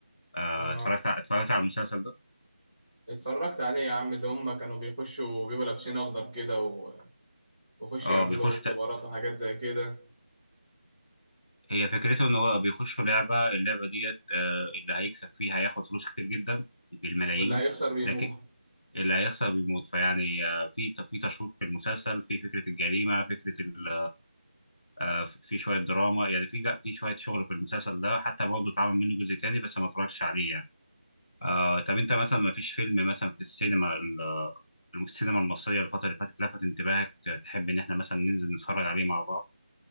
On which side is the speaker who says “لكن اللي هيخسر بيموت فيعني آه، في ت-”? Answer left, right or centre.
Left